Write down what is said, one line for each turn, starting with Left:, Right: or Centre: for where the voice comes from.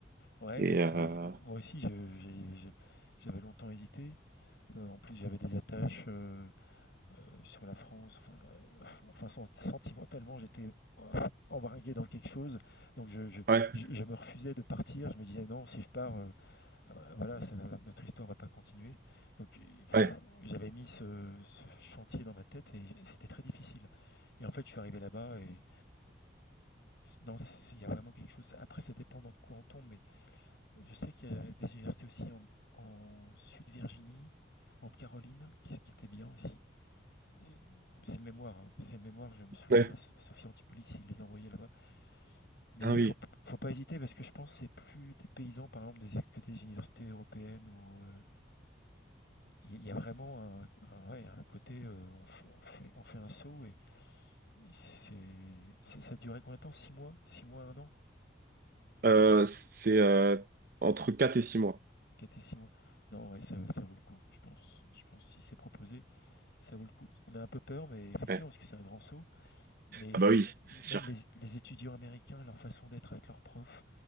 Left: Ouais,
Right: Et
Left: mais c'est
Right: euh...
Left: moi aussi je- j'ai- j'ai- j'avais longtemps hésité. Euh, en plus, j'avais des attaches euh, euh, sur la France. Enfin, euh, enfin, sen- sentimentalement, j'étais euh, embringué dans quelque chose. Donc, je, je,
Right: ouais,
Left: je- je me refusais de partir. Je me disais non, si je pars, euh, euh, voilà, ça va- notre histoire va pas continuer. Donc, euh, pff,
Right: ouais,
Left: j'avais mis ce, ce chantier dans ma tête et c'était très difficile. Et en fait, je suis arrivé là-bas et non, c'est- il y a vraiment quelque chose. Après, ça dépend dans quoi on tombe, je sais qu'il y a des universités aussi en, en Sud-Virginie, en Caroline, qui, qui étaient bien aussi. Et C'est de mémoire, hein, c'est de mémoire, je me souviens,
Right: ouais.
Left: la S- Sophie Antipolis, il les envoyait là-bas. Mais
Right: Ah
Left: il
Right: oui.
Left: faut, p- faut pas hésiter parce que je pense que c'est plus des paysans, par exemple, des- que des universités européennes où euh, il y, a il y a vraiment un, un- ouais, un côté, euh, on fait, on fait, on fait un saut et, et c'est, c'est- ça durait combien de temps? Six mois? Six mois, un an?
Right: Euh, c'est euh, entre 4 et 6 mois.
Left: Quatre et six mois? Non, ouais, ça, ça vaut le coup, je pense. Je pense que si c'est proposé. Ça vaut le coup. On a un peu peur, mais effectivement,
Right: Ouais.
Left: parce que c'est un grand saut. Mais
Right: Ah bah oui,
Left: euh,
Right: c'est
Left: même
Right: sûr.
Left: les, les étudiants américains, leur façon d'être avec leurs profs,